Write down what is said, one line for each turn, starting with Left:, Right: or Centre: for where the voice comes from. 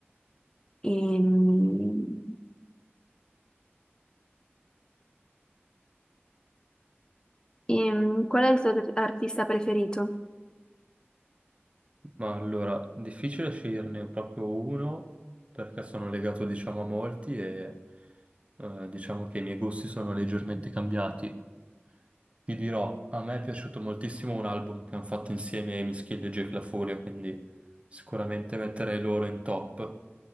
Left: Ehm, ehm, qual è il tuo artista preferito?
Right: Ma allora, difficile sceglierne proprio uno, perché sono legato, diciamo, a molti e eh, diciamo che i miei gusti sono leggermente cambiati. Ti dirò, a me è piaciuto moltissimo un album che hanno fatto insieme Emischid e Jake La Furia, quindi sicuramente metterei loro in top.